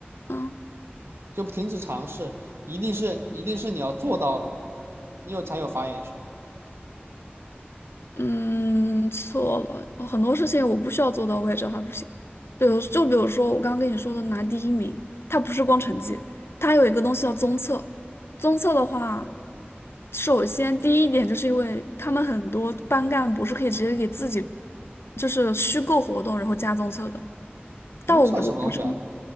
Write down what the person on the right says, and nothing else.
就停止尝试，一定是一定是你要做到了，你有才有发言权。
东扯什么东西啊？